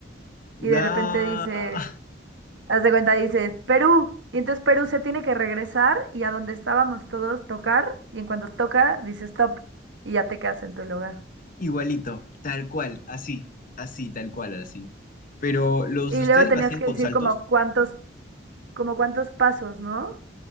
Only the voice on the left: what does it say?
Nada,
<laughs> igualito, tal cual, así, así, tal cual, así. Pero los
de ustedes
lo hacían
con
saltos.